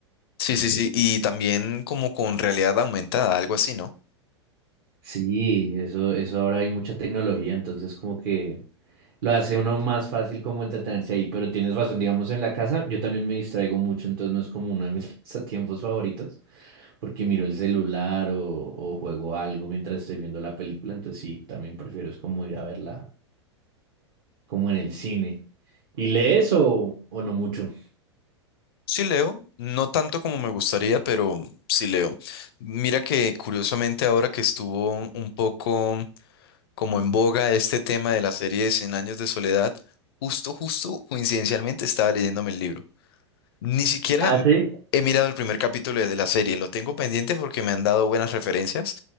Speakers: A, on the left (about 55°); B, on the right (about 55°).
A: Sí, sí, sí, y también como con realidad aumentada, algo así, ¿no?
B: Sí, eso, eso ahora hay mucha tecnología, entonces como que lo hace uno más fácil como entretenerse ahí, pero tienes razón, digamos en la casa yo también me distraigo mucho, entonces no es como uno de mis <laughs> pasatiempos favoritos, porque miro el celular o, o juego algo mientras estoy viendo la película, entonces sí, también prefiero es como ir a verla como en el cine. ¿Y lees o, o no mucho?
A: Sí leo, no tanto como me gustaría, pero sí leo. Mira que curiosamente ahora que estuvo un poco como en boga este tema de la serie de 100 años de soledad, justo, justo, coincidencialmente estaba leyéndome el libro. Ni siquiera
B: Ah, sí.
A: he mirado el primer capítulo de la serie, lo tengo pendiente porque me han dado buenas referencias,